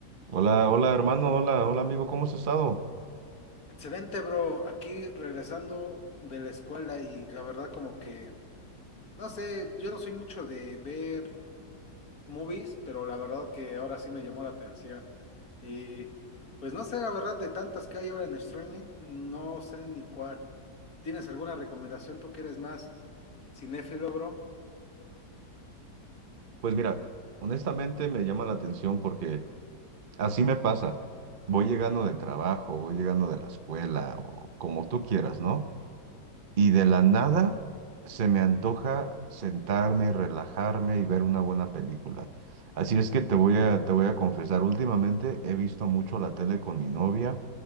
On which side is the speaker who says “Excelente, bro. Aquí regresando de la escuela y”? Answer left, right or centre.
Left